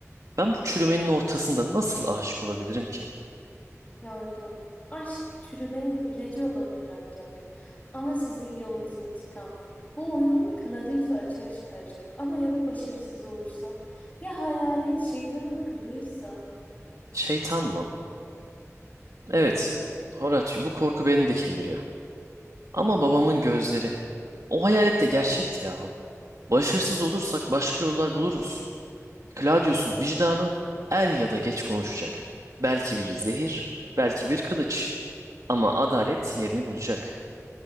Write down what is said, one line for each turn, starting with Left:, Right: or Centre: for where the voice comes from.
Right: Ben bu çürümenin ortasında nasıl aşık olabilirim ki?
Left: Lordum, aşk çürümenin ilacı olabilir ancak. Ama sizin yolunuz intikam. Bu oyun Claudius'u açığa çıkaracak ama ya bir başarısız olursa? Ya hayalet şeytanın kılığıysa?
Right: Şeytan mı? Evet. Horatio bu korku beni de kemiriyor. Ama babamın gözleri. O hayalet de gerçekti yahu. Başarısız olursak başka yollar buluruz. Claudius'un vicdanı er ya da geç konuşacak. Belki bir zehir, belki bir kılıç. Ama adalet yerini bulacak.